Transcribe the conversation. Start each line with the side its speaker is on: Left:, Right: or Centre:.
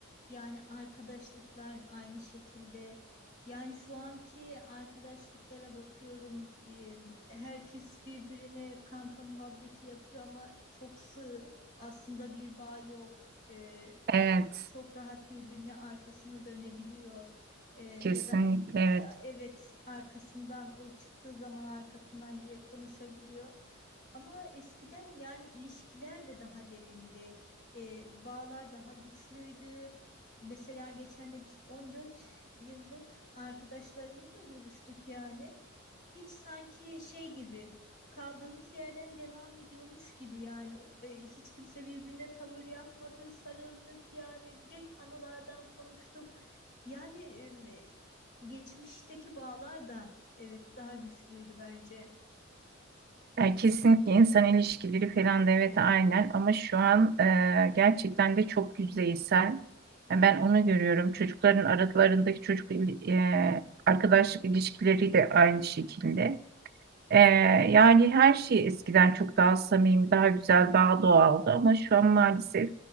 Left: Yani arkadaşlıklar aynı şekilde. Yani şu anki arkadaşlıklara bakıyorum, e, herkes birbirine kanka muhabbeti yapıyor ama çok sığ. Aslında bir bağ yok. E,
Right: Evet,
Left: çok rahat birbirine arkasını dönebiliyor. E, ya
Right: kesinlikle
Left: da
Right: evet.
Left: e, evet arkasından o çıktığı zaman arkasından direkt konuşabiliyor. Ama eskiden yani ilişkiler de daha derindi. E, bağlar daha güçlüydü. Mesela geçen de biz 14 yıllık arkadaşlarımızla görüştük yani hiç sanki şey gibi kaldığımız yerden devam ediyormuş gibi yani O- e, hiç kimse birbirine tavır yapmadı, sarıldık yani direkt anılardan konuştuk. Yani e, geçmişteki bağlar da evet daha güçlüydü bence.
Right: Yani kesinlikle insan ilişkileri falan da evet aynen ama şu an e, gerçekten de çok yüzeysel. Yani ben onu görüyorum. Çocukların aralarındaki çocuk il- e, arkadaşlık ilişkileri de aynı şekilde. E, yani her şey eskiden çok daha samimi, daha güzel, daha doğaldı ama şu an maalesef